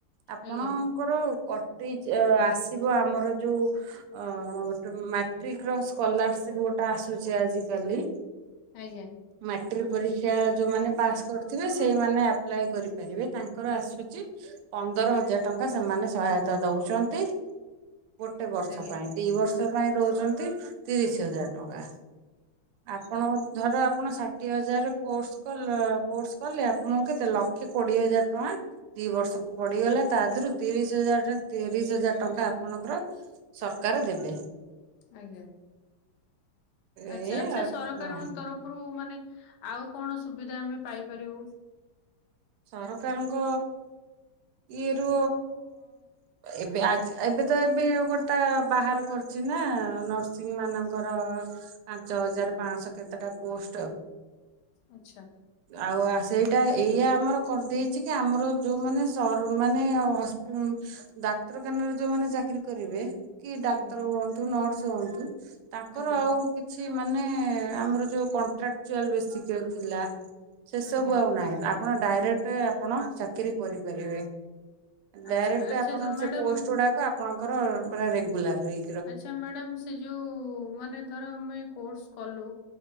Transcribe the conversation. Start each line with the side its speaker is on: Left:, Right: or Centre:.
Right: ଆପଣ
Left: ଆଜ୍ଞା
Right: ତାଙ୍କର କଟି ଆସିବ ଆମର ଯୋଉ ଅ ମାଟ୍ରିକ ର ସ୍କଲାରସିପ ଗୋଟେ ଆସୁଛି ଆଜିକାଲି
Left: ଆଜ୍ଞା
Right: ମାଟ୍ରିକ ପରୀକ୍ଷା ଯୋଉମାନେ ପାସ କରିଥିବେ ସେଇମାନେ- ଆପ୍ଲାଏ କରିପାରିବେ ତାଙ୍କର ଆସୁଛି ପନ୍ଦର ହଜାର ଟଙ୍କା ସେମାନେ ସହାୟତା ଦଉଛନ୍ତି। ଗୋଟେ ବର୍ଷ
Left: ଆଜ୍ଞା
Right: ପାଇଁ ଦି ବର୍ଷ ପାଇଁ ଦଉଛନ୍ତି ତିରିଶ ହଜାର ଟଙ୍କା। ଆପଣ ଧର ଆପଣ ଷାଠିଏ ହଜାର କୋର୍ସ କଲେ କୋର୍ସ କଲେ ଆପଣଙ୍କୁ କେତେ ଲକ୍ଷେ କୋଡିଏ ହଜାର ଟଙ୍କା ଦି ବର୍ଷକୁ ପଡିଗଲା ତା ଦେହରୁ ତିରିଶ ହଜାର ତିରିଶ ହଜାର ଟଙ୍କା ଆପଣଙ୍କର ସରକାର ଦେବେ।
Left: ଆଜ୍ଞା। ଆଚ୍ଛା
Right: ଏ
Left: ଆଚ୍ଛା ସରକାରଙ୍କ
Right: ହଁ
Left: ତରଫରୁ ମାନେ ଆଉ କଣ ସୁବିଧା ଆମେ ପାଇପାରିବୁ?
Right: ସରକାରଙ୍କ ଇଏ ରୁ ଏବେ ଆଜି ଏବେ ତ ଏବେ ଗୋଟା ବାହାର କରିଛି ନା ନର୍ସିଂ ମାନଙ୍କର ପାଞ୍ଚ ହଜାର ପାଞ୍ଚଶହ କେତେ ଟା ପୋଷ୍ଟ
Left: ଆଚ୍ଛା
Right: ଆଉ ସେଇଟା ଏଇଆ ଆମର କରିଦେଇଛି କି ଆମର ଯୋଉ ମାନେ ସର୍ ମାନେ ହସ୍ ଡାକ୍ତରଖାନାରେ ଯୋଉମାନେ ଚାକିରି କରିବେ କି ଡାକ୍ତର
Left: ଆଜ୍ଞା
Right: ହୁଅନ୍ତୁ ନର୍ସ ହୁଅନ୍ତୁ ତାଙ୍କର
Left: ଆଜ୍ଞା
Right: ଆଉ କିଛି ମାନେ ଆମର ଯୋଉ କଣ୍ଟ୍ରାକ୍ଟଚୁଆଲ ବେସିକ୍ ଥିଲା ସେ ସବୁ
Left: ଆଜ୍ଞା।
Right: ଆଉ ନାହିଁ ଆପଣ ଡାଇରେକ୍ଟ ଆପଣ ଚାକିରୀ କରିପାରିବେ।
Left: ଆଚ୍ଛା
Right: ଡାଇରେକ୍ଟ
Left: ଆଚ୍ଛା
Right: ଆପଣ
Left: ମ୍ୟାଡାମ
Right: ସେ ପୋଷ୍ଟ ଗୁଡାକ ଆପଣଙ୍କର ମାନେ ରେଗୁଲାର ରହି
Left: ଆଚ୍ଛା ମ୍ୟାଡାମ ସେ ଯୋଉ ମାନେ ଧର ଆମେ କୋର୍ସ କଲୁ